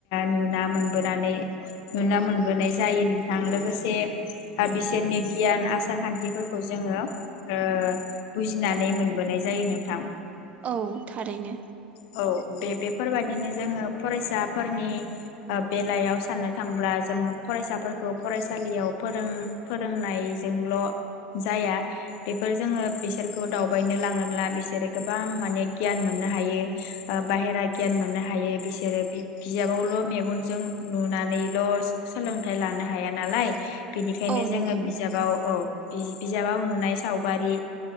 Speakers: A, on the left; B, on the right.
A: नुना मोनबोदों नानै नुना मोनबोनाय जायो नोंथां लोगोसे बिसोरनि गियान आसार खान्थिफोरखौ जोङो ओ बुजिनानै मोनबोनाय जायो नोंथां।
B: औ थारैनो।
A: औ बे बेफोरबायाददिनो जोङो फरायसाफोरनि बेलायाव साननो थांब्ला जोङो फरायसाफोरखौ फरायसालियाव फोरों फोरोंनायजोंल' जाया बेफोर जोङो बिसोरखौ दावबायनो लाङोब्ला बिसोरो गोबां माने गियान मोननो हायो बाहेरा गियान मोननो हायो बिसोरो बिजाबावल' मेगन जों नुनानैल' सोलोंथाइ लानो हाया नालाय बिनिखायनो
B: औ नंगौ
A: जोङो बिजाबाव औ बिजाबाव नुनाय सावगारि